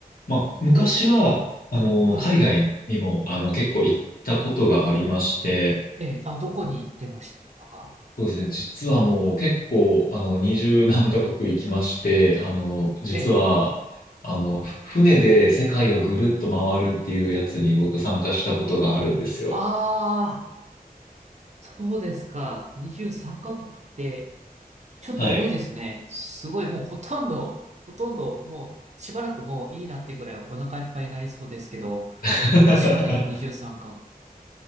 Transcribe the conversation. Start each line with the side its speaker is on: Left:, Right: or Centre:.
Left: まあ、昔は、あの、
Right: はい。
Left: 海外にも、あの、結構行ったことがありまして、
Right: ええ。あ、どこに行ってましたか
Left: そうですね。実はもう結構、あの、二十何カ国行きまして、あの、実は、
Right: ええ。
Left: あの、ふ船で世界をぐるっと回るっていうやつに僕参加したことがあるんですよ。
Right: ああ、そうですか。23カ国って、ちょっと多いですね。
Left: はい。
Right: すごい、もうほとんど、ほとんど、もう、しばらくもういいなっていうぐらいお腹いっぱいになりそうですけど、
Left: <laughs>
Right: 確かに23カ国